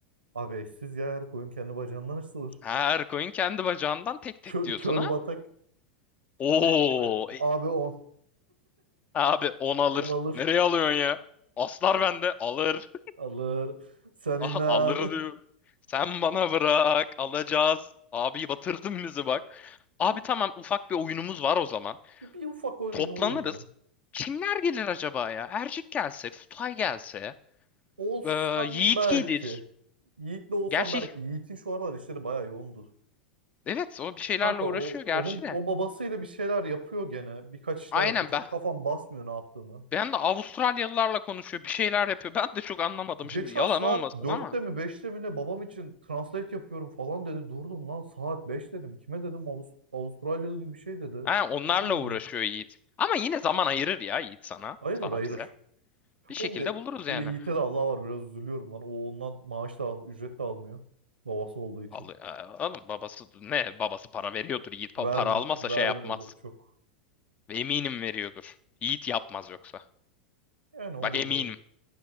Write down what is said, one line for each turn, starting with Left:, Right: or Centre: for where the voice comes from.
Right: Abi eşsiz ya her koyun kendi bacağından açılır.
Left: Her koyun kendi bacağından tek
Right: Kö,
Left: tek diyorsun
Right: kör
Left: ha?
Right: batak.
Left: Oo
Right: Şey değil mi?
Left: e-
Right: Abi on
Left: abi 10 alır.
Right: on alır.
Left: Nereye alıyorsun ya? Aslar bende alır.
Right: Alır. Sen
Left: <laughs>
Right: inan.
Left: A- Alır diyor. Sen bana bırak alacağız. Abi batırdın bizi bak. Abi
Right: <laughs>
Left: tamam ufak bir oyunumuz var o zaman.
Right: Bir, bir ufak oyun
Left: Toplanırız.
Right: olur be.
Left: Kimler gelir acaba ya? Ercik gelse, Kutay gelse,
Right: Olsan
Left: ee, Yiğit
Right: belki.
Left: gelir.
Right: Yiğit'le olsan
Left: Gerçi
Right: belki. Yiğit'in şu aralar işleri bayağı yoğundu.
Left: evet o bir şeylerle
Right: Kanka
Left: uğraşıyor
Right: o
Left: gerçi
Right: onun
Left: de.
Right: o babasıyla bir şeyler yapıyor gene. Birkaç iş
Left: Aynen
Right: daha yapıyor. Çok
Left: ben.
Right: kafam basmıyor ne yaptığını.
Left: Ben de Avustralyalılarla konuşuyor bir şeyler yapıyor. Ben de çok anlamadım
Right: Geçen
Left: şimdi yalan
Right: saat
Left: olmasın
Right: dörtte
Left: ama.
Right: mi beşte mi ne babam için translate yapıyorum falan dedi. Durdum lan saat 5 dedim. Kime dedim Avust Avustralyalı gibi bir şey dedi.
Left: Ha, onlarla
Right: Durdum
Left: uğraşıyor
Right: bir.
Left: Yiğit. Ama yine zaman ayırır ya Yiğit sana.
Right: Hayırır
Left: Sana
Right: hayırır.
Left: bize. Bir şekilde
Right: O bir de,
Left: buluruz yani.
Right: bir de Yiğit'e de Allah var biraz üzülüyorum lan. O ondan maaş da al, ücret de almıyor. Babası olduğu için.
Left: Al, a- alın babası ne babası para veriyordur Yiğit. Pa-
Right: Vermi
Left: para almazsa
Right: vermiyordur
Left: şey yapmaz.
Right: çok.
Left: Ve eminim veriyordur. Yiğit yapmaz yoksa.
Right: Yani o
Left: Bak eminim.
Right: da doğru.